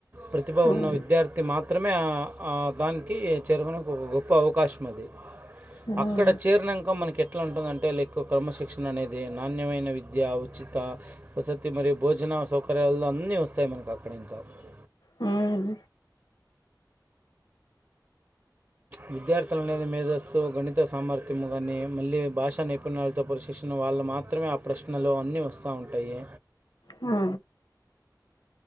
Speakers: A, on the right (about 35°); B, on the left (about 80°).
A: ప్రతిభ
B: హ్మ్.
A: ఉన్న విద్యార్థి మా మాత్రమే ఆ ఆ దానికి చేరుకొనుకు ఒక గొప్ప అవకాశం అది
B: హ్మ్.
A: అక్కడ చేరినంక మనకి ఎ ఎట్ల ఉంటుందంటే లైక్ క్రమశిక్షణ అనేది నాణ్యమైన వి విద్య ఉచిత వసతి మరియు భోజన సౌ ప్రలలు అన్నీ వస్తాయి <unintelligible> <unintelligible>
B: హమ్
A: విద్యార్థులనేది మేధస్సు గణిత సామర్థ్యము కానీ మళ్ళీ భాషా నైపుణ్యాలతో పరిశీలిక్షిన వాళ్ళు మాత్రమే ఆ ప్రశ్నలు అన్నీ వస్తూ ఉంటాయి
B: ఆ